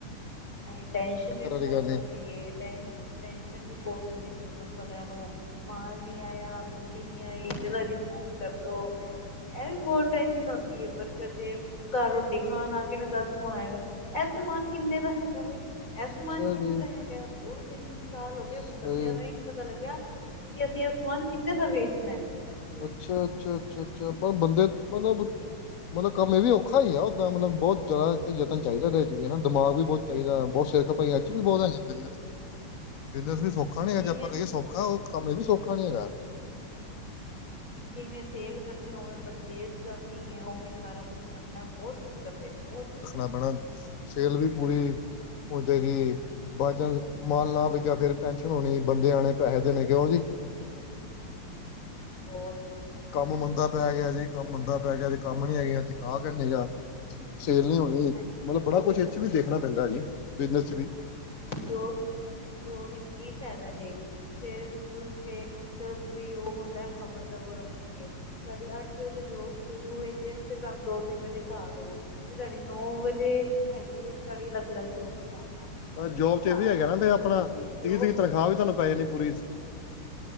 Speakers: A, on the left (about 35°); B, on the left (about 60°).
A: ਨਈ ਟੈਸ਼ਨ ਵੀ
B: ਵਾਲੀ
A: ਬੌਤ
B: ਗੱਲ ਨਹੀਂ
A: ਹੋਂਦੀ ਏ, ਟੈ, ਟੈਸ਼ਨ ਵੀ ਬੌਤ ਹੋਂਦੀ ਬਿਜ਼ਨਸ ਵਾਲਿਆਂ ਨੂੰ, ਮਾਲ ਨੀ ਆਇਆ ਬਿਲਟੀ ਨੀ ਆਈ, ਚਲੋ ਜੀ, ਫੋਨ ਕਰਦੋ। ਐ ਵੀ ਬੌਤ ਟੈਨਸ਼ਨ ਆਂਦੀ ਏ, ਵਰਕਰ ਜੇ ਘਰ ਰੋਟੀ ਖਾਣ ਆ ਗੇ ਨੇ, ਦੱਸ ਫੋਨ ਆਏਗਾ। ਐ ਸਮਾਨ ਕਿੰਨੇ ਦਾ ਹੈ ਇਹ
B: ਅੱਛਾ
A: ਸਮਾਨ ਕਿੰਨੇ
B: ਜੀ
A: ਦਾ ਹੈਗਾ? ਦੋ-ਤਿੰਨ-ਤਿੰਨ ਸਾਲ ਹੋ ਗਏ,
B: ਸਹੀ
A: ਬੰਦਿਆਂ ਨੂੰ ਏ ਨੀ ਪਤਾ ਪਤਾ ਲੱਗਿਆ ਕਿ ਅਸੀਂ ਐ ਸਮਾਨ ਕਿੰਨੇ ਦਾ ਵੇਚਣਾ ਐ?
B: ਅੱਛਾ, ਅੱਛਾ, ਅੱਛਾ, ਅੱਛਾ, ਬ ਬੰਦੇ ਮਲਬ- ਮਤਲਬ ਕੰਮ ਐ ਵੀ ਔਖਾ ਈ ਆ, ਓਦਾਂ ਮਲਬ ਬੌਤ ਜਾਦਾ ਏਥੇ ਯਤਨ ਚਾਹੀਦਾ, ਏਦੇ 'ਚ ਵੀ ਨਾ ਦਿਮਾਗ ਵੀ ਬਹੁਤ- ਚਾਹੀਦਾ ਬੌਤ ਸਿਰ ਖਪਾਈ ਏਦ ਚ ਵੀ ਬੌਤ ਹੈਗੀ, ਬਿਸਨੇਸ 'ਚ, ਬਿਸਣੇਸ ਵੀ ਸੌ- ਖਾਣੇ
A: ਜਿਵੇਂ
B: ਆ ਜੇ ਆਪਾਂ ਕਹੀਏ ਸੌਖਾ, ਓ ਕੰਮ ਏ ਵੀ ਸੌਖਾ ਨੀ ਹੈਗਾ।
A: ਜਿਵੇਂ ਸੇਲ ਕਰਨੀ, ਓਵੇਂ ਪਰਚੇਜ ਕਰਨੀ ਐ, ਓਵੇਂ ਸਾਰਾ ਕੁਛ ਕਰਨਾ, ਬੌਤ ਦਿੱਕਤ ਏ ਬੌਤ
B: ਆਪਣਾ ਸੇਲ ਵੀ ਪੂਰੀ ਹੋ ਜਾਏਗੀ। ਬਾਈ ਚਾਂਸ ਮਾਲ ਨਾ ਵਿਕਿਆ ਫਿਰ ਟੈਨਸ਼ਨ ਹੋਣੀ ਬੰਦੇ ਆਣੇ ਪੈਸੇ ਦੇਣੇ ਕਿਉ ਜੀ-
A: ਹੋਰ-
B: ਕੰਮ ਮੰੰਦਾ ਪੈ ਗਿਆ ਜੀ ਕੰਮ ਮੰੰਦਾ ਪੈ ਗਿਆ ਜੀ ਕੰਮ ਨੀ ਹੈਗੇ ਗਾਹਕ ਨੀਗਾ ਸੇਲ ਨੀ- ਹ
A: ਹਾਂਜੀ
B: ਮਤਲਬ
A: ਜੋਬ
B: ਬੜਾ ਕੁਛ
A: ਵਿੱਚ
B: ਇਹ ਚ ਵੀ ਦੇਖਣਾ ਪੈਂਦਾ ਜੀ ਬਿਜਨਸ ਚ ਵੀ-
A: ਜੋ ਜੋਬ ਵਿੱਚ ਕੀ ਫਾਇਦਾ ਜੇ ਸਵੇਰੇ ਤੁਸੀਂ ਉੱਠੇ ਚਲੋ ਥੋੜ੍ਹੀ ਉਹ ਹੁੰਦਾ ਹਬੜ ਦਬੜ ਹੁੰਦੀ ਏ ਸਾਡੀ ਅੱਠ ਵਜੇ ਤੋਂ ਜੋਬ ਸ਼ੁਰੂ ਹੋਈ ਜੇ ਤੇ ਤੁਹਾਨੂੰ ਦੋ ਤਿੰਨ ਵਜੇ ਘਰ ਓ ਤੇ ਸਾਡੀ ਨੌ ਵਜੇ ਹੈਗੀ ਹੈ ਸਾਡੀ ਅਲੱਗ ਅਲੱਗ ਜੋਬ ਸਾਹਮਣਾ-
B: ਤਾਂ
A: ਜੇ ਤੁਸੀਂ
B: ਜੋਬ ਚ ਇਹ
A: ਘਰ
B: ਵੀ ਹੈਗਾ
A: ਆਉਂਦੇ
B: ਨਾ
A: ਹੋ
B: ਆਪਣਾ
A: ਤੁਸੀਂ ਜੋਬ
B: ਤੀਹ ਤਰੀਖ ਤਨਖਾਹ ਵੀ ਤੁਹਾਨੂੰ ਪੈ ਜਾਣੀ ਪੂਰੀ-